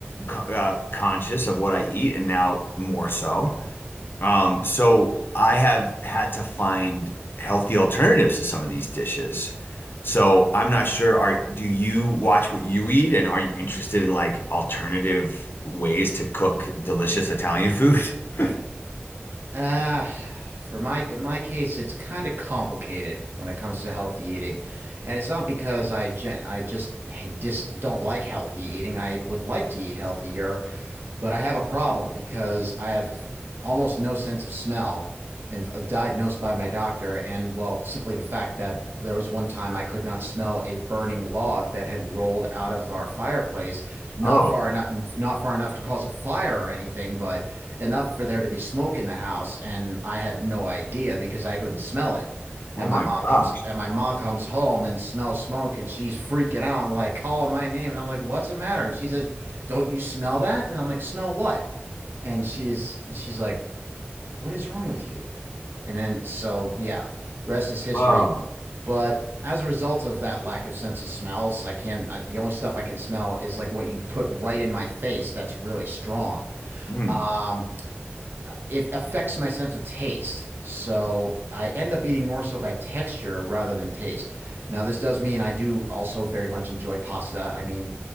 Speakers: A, on the left; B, on the right.
A: co- uh, conscious of what I eat, and now more so. Um, so I have had to find healthy alternatives to some of these dishes. So I'm not sure, are do you watch what you eat and are you interested in like alternative ways to cook delicious Italian food? <laughs>
B: Uh, for my in my case, it's kind of complicated when it comes to healthy eating, and it's not because I gen I just h- dis don't like healthy eating. I would like to eat healthier, but I have a problem because I have almost no sense of smell and uh, diagnosed by my doctor. And well, simply the fact that there was one time I could not smell a burning log that had rolled out of our fireplace, not
A: Oh,
B: far enough, not far enough to cause a fire or anything, but enough for there to be smoke in the house. And I had no idea because I couldn't smell it. And
A: oh my
B: my mom
A: gosh.
B: comes and my mom comes home and smells smoke and she's freaking out. I'm like calling my name and I'm like, "What's the matter?" And she says, "Don't you smell that?" And I'm like, "Smell what?" And she's and she's like, "What is wrong with you?" And then so yeah, rest is history.
A: Oh,
B: But as a result of that lack of sense of smells, I can I, the only stuff I can smell is like what you put right in my face that's really strong.
A: mm.
B: Um, it affects my sense of taste. So I end up eating more so by texture rather than taste. Now, this does mean I do also very much enjoy pasta. I mean,